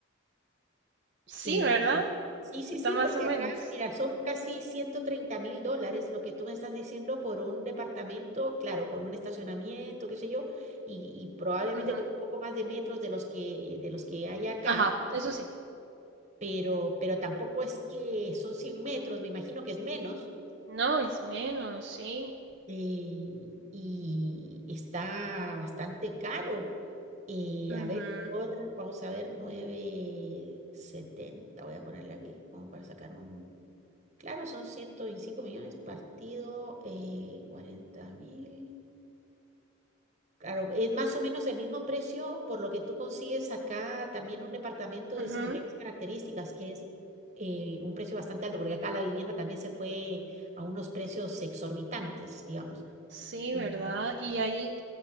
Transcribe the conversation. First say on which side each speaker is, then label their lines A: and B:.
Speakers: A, on the right (about 55°); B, on the right (about 35°).
A: Sí,
B: Eh,
A: ¿verdad?
B: sí, sí,
A: Está
B: sí,
A: más
B: porque
A: o menos.
B: acá, mira, son casi ciento treinta mil dólares lo que tú me estás diciendo por un departamento, claro, con un estacionamiento, qué sé yo, y, y probablemente
A: Ujú,
B: con un poco más de metros de los que, de los que hay acá,
A: Ajá, eso sí.
B: pero, pero tampoco es que son 100 metros, me imagino que es menos,
A: No, es menos, sí.
B: eh, y está bastante caro. Eh,
A: Ujú,
B: a ver, por, vamos a ver, novecientos setenta voy a ponerle aquí como para sacar un Claro, son 125 millones partido eh, 40 mil. Claro, es más o menos el mismo precio por lo que tú consigues acá también un departamento de
A: ujú,
B: similares características, que es eh, un precio bastante alto, porque acá la vivienda también se fue a unos precios exorbitantes, digamos.
A: Sí,
B: Ujú.
A: ¿verdad? Y ahí,